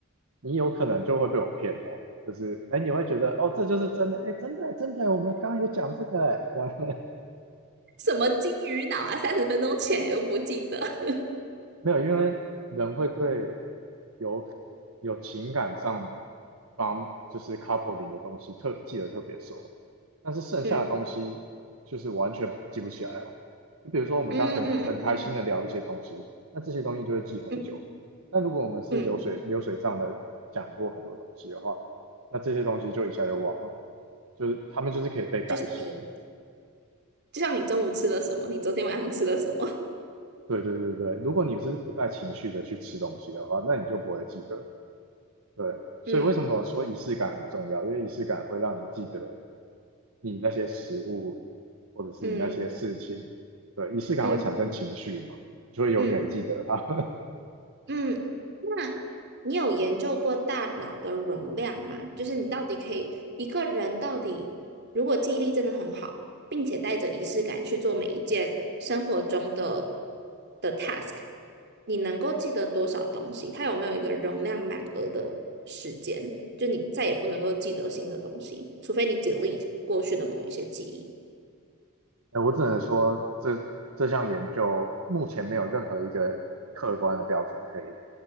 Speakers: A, on the right; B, on the right.
A: 你有可能就会被我骗哦。就是哎，你会觉得哦，这就是真的，哎，真的，真的，我们刚刚有讲这个，哎，这样
B: 什么金鱼脑啊？三十分钟前又不记得。<laughs>
A: 没有，因为人会对有有情感上方就是 coupling 的东西特记得特别熟，但是剩下的东西就是完全记不起来哦。
B: 嗯
A: 就比如说我们刚很开很开心的聊一些东西，
B: 嗯嗯嗯嗯
A: 那这些东西就会记很久。
B: 嗯
A: 但如果我们是流水流水账的讲过很多东西的话，
B: 嗯，
A: 那这些东西就一下就忘了，就是他们就是可以被改写的。
B: 就像你，就像你中午吃了什么，你昨天晚上吃了什么？
A: 对对对对，如果你是不带情绪的去吃东西的话，那你就不会记得。对，所以为什么说仪式感很重要？
B: <laughs> 嗯
A: 因为仪式感会让你记得你那些食物，或者是你那些事情。
B: 嗯
A: 对，仪式感会产生情绪嘛，
B: 嗯
A: 你就会永远记得它。
B: 嗯
A: <laughs>
B: 嗯嗯那你有研究过大脑的容量吗？就是你到底可以一个人到底，如果记忆力真的很好，并且带着仪式感去做每一件生活中的的 task，你能够记得多少东西？它有没有一个容量满额的时间？就你再也不能够记得新的东西，除非你 delete 过去的某一些记忆。
A: 哎，我只能说这这项研究目前没有任何一个客观的标准可以